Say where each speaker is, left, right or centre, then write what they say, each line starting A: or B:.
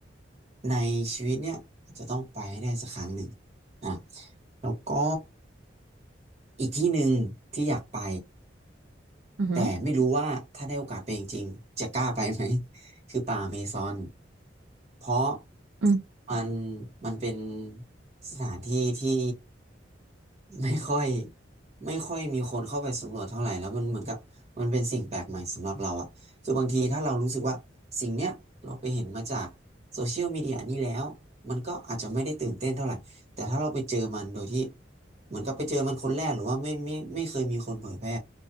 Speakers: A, on the right; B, on the right.
A: ในชีวิตเนี่ยอาจจะต้องไปให้ได้สักครั้งหนึ่งอ่ะแล้วก็อีกที่หนึ่งที่อยากไป
B: อือหือ
A: แต่ไม่รู้ว่าถ้าได้โอกาสไปจริงๆจะกล้าไปไหม <laughs> คือป่าอเมซอนเพราะ
B: อืม
A: มันมันเป็นสถานที่ที่ไม่ค่อยไม่ค่อยมีคนเข้าไปสำรวจเท่าไหร่แล้วมันเหมือนกับมันเป็นสิ่งแปลกใหม่สำหรับเราอะคือบางทีถ้าเรารู้สึกว่าสิ่งเนี้ยเราไปเห็นมาจากโซเชียลมีเดียนี่แล้ว มันก็อาจจะไม่ได้ตื่นเต้นเท่าไหร่ แต่ถ้าเราไปเจอมันโดยที่เหมือนกับไปเจอมันคนแรกหรือว่าไม่ไม่ไม่เคยมีคนเผยแพร่